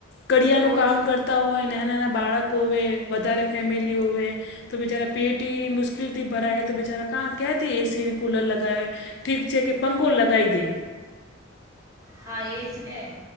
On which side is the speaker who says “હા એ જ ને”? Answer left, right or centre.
Right